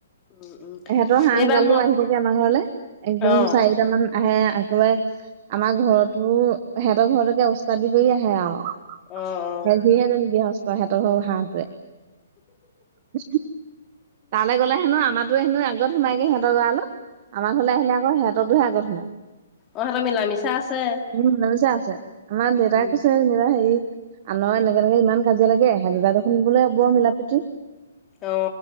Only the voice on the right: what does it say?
এহেঁতৰ হাঁহ
গালো
আহিব যে আমাৰ ঘৰলৈ একদম
চাৰাই কেইটামান। আহে একেবাৰে আমাৰ ঘৰতো সেহঁতৰ ঘৰলৈকে ওস্তাদি কৰি আহে আৰু।
যেন সিহে যেন গৃহস্থ সিহঁতৰ হ'ল হাঁহটোৱে। উ তালৈ গ'লে হেনো আমাক। সিটোয়ে হেনো আগত সোমাইগে সিঁহতৰ গড়ালত আমাৰ ঘৰলৈ আহিলে আকৌ সিঁহতৰতোহে আগত সোমায়।
উম মিচা আছে আমাৰ দেউতাই
কৈছে না হেৰি আনৰ এনেকে তেনেকে ইমান কাজিয়া লাগে। হাঁহ বিলাকৰচোন বোলে বৰ মিলা প্ৰীতি।